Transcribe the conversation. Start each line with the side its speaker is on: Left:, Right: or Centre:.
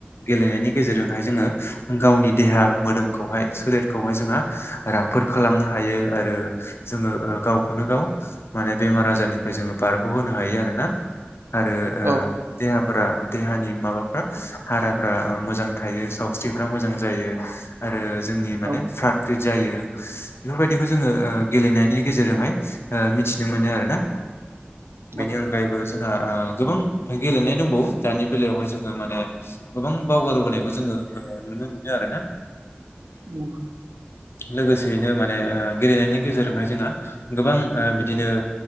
Left: गेलेनायनि गेजेरजोंहाय जोङो गावनि देहा मोदोमखौहाय सोलेरखौहाय जोंहा राफोद खालामनो हायो, आरो जोङो ओ गावखौनो गावखौनो गाव माने बेमार आजारनिफ्राय जोङो बारग'होनो हायो आरो ना। आरो ओ
Right: औ
Left: देहाफोरा देहानि माबाफ्रा हाराफ्रा मोजां थायो सावस्रिफ्रा मोजां जायो आरो जोंनि माने
Right: औ
Left: फ्रात फ्रिट जायो बेफोर बायदिखो जोङो ओ गेलेनायनि गेजेरजोंहाय ओ मिथिनो मोनो आरोना बेनि
Right: औ
Left: अनगायैबो जोंहा ओ गोबां गेलेनाय दंबावो दानि बेलायावहाय जोङो माने गोबां बावगारबोनायखौ जोङो नुनो मोनो आरो ना
Right: उम
Left: लोगोसेयैनो माने ओ गेलेनायनि गेजेरजोंहाय जोंहा गोबां ओ बिदिनो